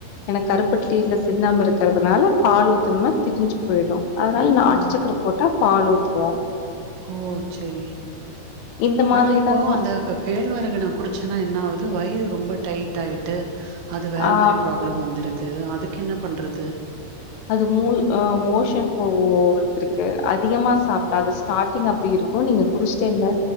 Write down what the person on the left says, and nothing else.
ஏன்னா கருப்பட்டில சுண்ணாம்பு இருக்கறதுனால பால் ஊத்துனா திரிஞ்சி போய்டு அதனால நாட்டுச்சக்கர
போட்டா பால் ஊத்துவோ
இந்த மாதிரி
தாங்க
ஆ
அது மூல் அ மோஷன் <unintelligible> இருக்கு அதிகமா சாப்ட்டா அது ஸ்டார்ட்டிங் அப்டி இருக்கு நீங்க குடிச்ட்டே இருந்தா